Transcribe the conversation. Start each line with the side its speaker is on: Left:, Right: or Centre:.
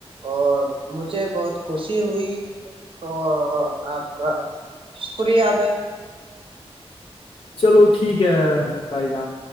Right: اور مجھے بہت خوشی ہوئی اور اور آپ کا شکریہد ہے
Left: چلو ٹھیک ہے بھائی جان